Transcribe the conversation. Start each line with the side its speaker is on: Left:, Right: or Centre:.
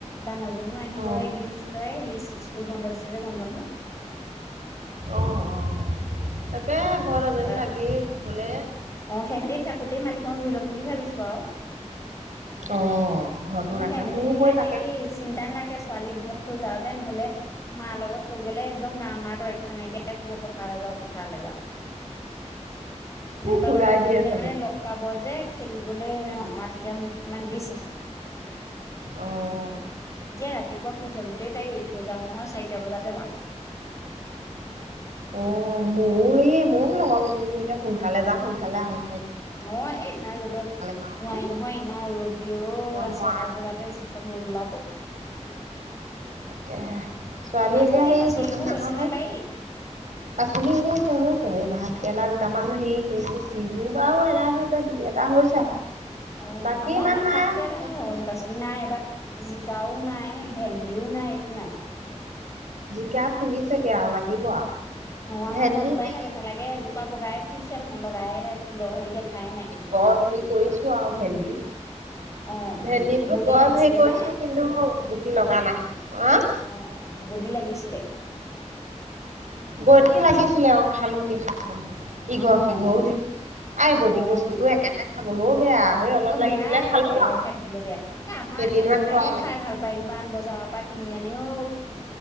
Left: ডাঙৰজনীও আহিবহে
Right: অঁ
Left: একদিন নি্চ সেই স্কুল বন্ধ দিছে যে গৰম বন্ধ।
Right: অ', অ' তাকেই
Left: অ
Right: ঘৰত
Left: তাৰপৰা
Right: এজনী লাগেই, নহলে
Left: অ' সিহঁতি থাকোতেই মাটিকণ ৰুই ল'ম বুলি ভাবিছো আৰু।
Right: অ' ঘৰতো
Left: মোৰ
Right: ৰাখে
Left: সেহেঁতি
Right: মোৰো
Left: থাকিলে
Right: হৈ তাকে
Left: সেই চিন্তা নালাগে ছোৱালীক ঘৰত থৈ যাওঁ যে, নহ'লে মাৰ লগত থৈ গ'লে একদম ৰাম মাক ৰক্ষা নাইকিয়া ক'ৰিব পথাৰলৈ যাওঁ পথাৰলৈ যাওঁ। সহঁতৰ
Right: সুৰাই
Left: লগত থাকিলে
Right: দিয়ে চাগে
Left: মানে লগ পাব যে খেলিবলৈ মানে তেতিয়া মোক ইমান নিবিচাৰে।
Right: অ'।
Left: এতিয়া ৰাতিপুৱা শুই থাকোতেই তাইক এৰি থৈ যাওঁ নহয়, চাৰিটা বজাতে যাওঁ।
Right: অ' মোৰ এই ময়ো লগৰ কেইজনী সিলে সোনকালে যাওঁ সোনকালে আহো।
Left: অ' এই ইমান ৰ'দত নোৱাৰি
Right: পাওঁহি
Left: নহয়, ইমান ৰ'দ দিয়ে
Right: ৰুব
Left: অ'
Right: নোৱাৰোঁ
Left: ছটা বজাতে। খ উৰলাব <unintelligible>
Right: তাকেহে, ছোৱালী
Left: আপোনালোকৰ
Right: এতিয়া সেই
Left: পাচলিবোৰ
Right: কিমান ডাঙৰ
Left: হৈছে নে
Right: হ'ল।
Left: বাৰীত
Right: পাচলি হৈছে হৈছে এই ভাত কেৰেলা দুটামান হেৰি কৰিছো, টিহু বাৰু এদাই হৈছে। দুই এটা হৈছে আৰু।
Left: অ'
Right: বাকী
Left: আমাৰ
Right: ইমান
Left: সেই
Right: নাই
Left: ভাত
Right: আৰু
Left: কেৰেলাহে
Right: জিকা ফুলিছে
Left: অইন পাচলি নাই এইবাৰ। জিকাও নাই ভেন্দিও নাই একো নাই।
Right: জিকা ফুলি চেগে আৰু লাগিব আৰু।
Left: অ' আমাৰ
Right: ভেন্দি
Left: জানো পাই
Right: হেৰি
Left: লাগে নালাগে, এজোপা বগাই ফুৰিছে দেখোন লগায়ে নাই ফুলৰ হেৰি দেখাই নাই।
Right: ক স <unintelligible> কৰিছোঁ আৰু ভেন্দি।
Left: অ
Right: ভেন্দি
Left: অ
Right: বোলো
Left: বডি
Right: গছ
Left: লাগিছিলে
Right: হেৰি কৰিছো
Left: নে
Right: কিন্তু গুটি লগা নাই। অ'
Left: অ', অ' বডি লাগিছিলে?
Right: বডি লাগিছিলে অ' খালো কেই সাজ মান। ইঘৰ
Left: অ
Right: সিঘৰো
Left: অ
Right: দিলো, আৰু বডি
Left: অ
Right: বস্তুটো একেৰাহে খাবলৈও বেয়া। সেই অলপ
Left: অ'
Right: লাগিছিলে
Left: বেয়া
Right: খালো
Left: একয়াহে
Right: আৰু
Left: খাই থাকিবলে বেয়া, এ আমাৰ
Right: কেইদিনমান
Left: এজনেহে
Right: তৰালে
Left: খাই ভাল পায় ইমান বজাৰ পা কিনি আনে ঔ।